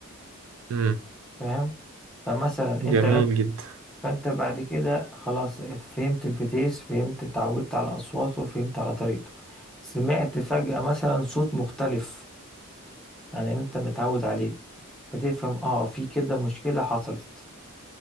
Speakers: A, on the right; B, in the centre.
A: أمم.
B: فاهم فمثلا
A: جميل
B: أنت لك
A: جدا
B: فأنت بعد كده خلاص فهمت الفتيس فهمت اتعودت على أصواته فهمت على طريقته سمعت فجأة مثلا صوت مختلف عن اللي أنت متعود عليه فتفهم اه في كده مشكلة حصلت